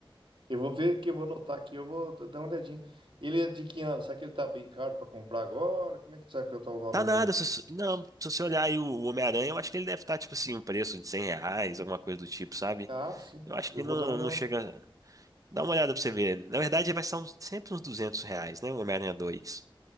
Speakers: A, on the right; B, on the right.
A: Eu vou ver aqui, eu vou anotar aqui, eu vou d- dar uma olhadinha. Ele é de que ano? Será que ele tá bem caro pra comprar agora? Como é que será que tá o valor
B: Tá nada,
A: dele?
B: se, se- não, se você olhar aí o Homem-Aranha, eu acho que ele deve estar, tipo assim, um preço de 100 reais, alguma coisa do tipo, sabe?
A: Ah, sim.
B: Eu acho
A: Eu
B: que não,
A: vou dar uma olhada.
B: não chega. Dá uma olhada pra você ver. Na verdade, vai ser uns- sempre uns 200 reais, né? O Homem-Aranha dois